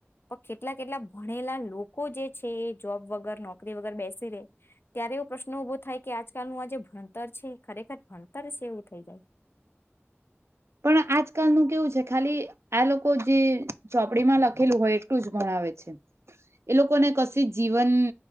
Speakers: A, on the left; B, on the right.
A: પણ કેટલા કેટલા ભણેલા લોકો જે છે એ જોબ વગર નોકરી વગર બેસી રે ત્યારે એવો પ્રશ્ન ઉઊભો થાય કે આજકાલનું આજે ભણતર છે ખરેખર ભણતર છે એવું થઈ જાય
B: પણ આજકાલનું કેવું છે ખાલી આ લોકો જે ચોપડીમાં લખેલું હોય એટલું જ ગણાવે છે એ લોકોને કશી જીવન